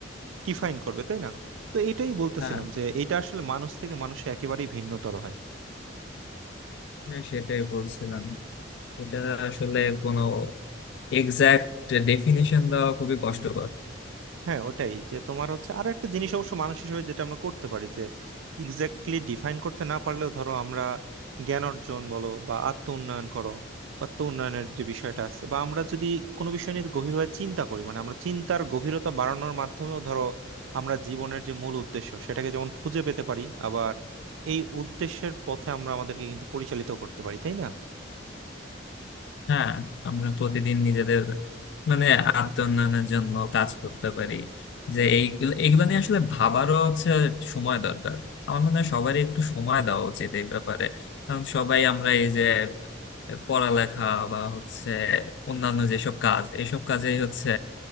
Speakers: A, on the right; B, on the left.
A: ডিফাইন করবে তাই না তো এটাই বলতেছিলাম
B: হ্যাঁ
A: যে এটা আসলে মানুষ থেকে মানুষে একেবারেই ভিন্নতর হয়
B: হ্যাঁ, সেটাই বলছিলাম এটা আসলে কোনো এক্সাক্ট ডেফিনিশন দেওয়া খুবই কষ্টকর
A: হ্যাঁ ওটাই যে তোমার হচ্ছে আরো একটা জিনিস অবশ্য মানুষ হিসেবে যেটা আমরা করতে পারি যে এক্স্যাক্টলি ডিফাইন করতে না পারলেও ধরো আমরা জ্ঞান অর্জন বলো বা আত্ম উন্নয়ন করো বা আত্ম উন্নয়নের যে বিষয়টা আছে বা আমরা যদি কোনো বিষয় নিয়ে গভীরভাবে চিন্তা করি মানে আমরা চিন্তার গভীরতা বাড়ানোর মাধ্যমেও ধরো আমরা জীবনের যে মূল উদ্দেশ্য সেটাকে যেমন খুঁজে পেতে পারি আবার এই উদ্দেশ্যের পথে আমরা আমাদেরকে কিন্তু পরিচালিত করতে পারি তাই না
B: হ্যাঁ আমরা প্রতিদিন নিজেদের মানে আত্মোন্নয়নের জন্য কাজ করতে পারি যে এইগুলো এগুলো নিয়ে আসলে ভাবারও হচ্ছে সময় দরকার আমার মনে হয় সবারই একটু সময় দেওয়া উচিত এই ব্যাপারে কারণ সবাই আমরা এই যে পড়ালেখা বা হচ্ছে অন্যান্য যেসব কাজ এইসব কাজেই হচ্ছে